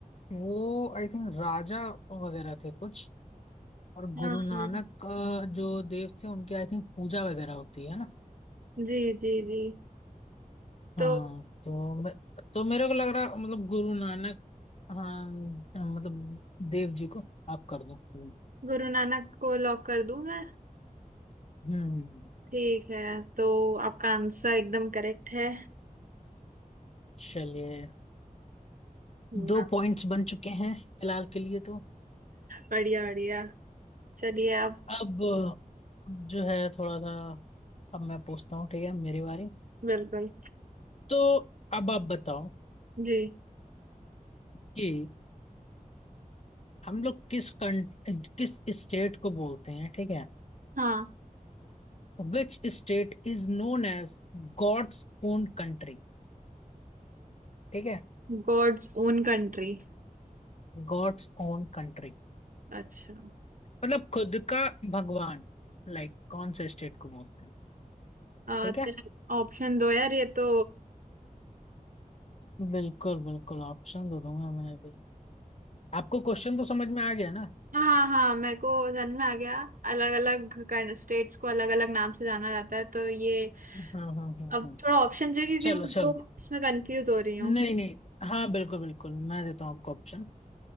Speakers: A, on the left; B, on the right.
A: वो आई थिंक राजा वगैरह थे कुछ और
B: हाँ
A: गुरु नानक
B: हाँ,
A: अ, जो देव थे उनकी आई थिंक पूजा वगैरह होती है ना
B: जी जी जी
A: हाँ
B: तो
A: तो मैं तो मेरे को लग रहा मतलब गुरु नानक हाँ मतलब देव जी को आप कर दो हम्म
B: गुरु नानक को लॉक कर दूं मैं
A: हम्म,
B: ठीक है तो आपका आंसर एकदम करेक्ट है
A: चलिए
B: वाह,
A: दो पॉइंट्स बन चुके हैं फिलहाल के लिए तो
B: बढ़िया बढ़िया चलिए आप
A: अब अब जो है थोड़ा सा अब मैं पूछता हूँ ठीक है मेरी बारी
B: बिल्कुल
A: तो अब आप बताओ
B: जी
A: कि हम लोग किस कं किस स्टेट को बोलते हैं ठीक है
B: हाँ
A: Which state is known as God's own country ठीक है
B: God's own country
A: God's own country
B: अच्छा
A: मतलब खुद का भगवान लाइक like, कौन से स्टेट को बोलते हैं
B: आ,
A: ठीक
B: तो
A: है
B: ऑप्शन दो यार ये तो
A: बिल्कुल बिल्कुल ऑप्शन दे दूंगा मैं अभी आपको क्वेश्चन तो समझ में आ गया ना
B: हाँ हाँ हाँ मेरे को सन में आ गया अलग अलग स्टेट्स को अलग अलग नाम से जाना जाता है तो ये
A: हाँ हाँ हाँ
B: अब
A: हाँ
B: थोड़ा ऑप्शन चाहिए क्योंकि
A: चलो
B: मैं
A: चलो
B: दो इसमें कंफ्यूज हो रही हूँ
A: नहीं नहीं हाँ बिल्कुल बिल्कुल मैं देता हूँ आपको ऑप्शन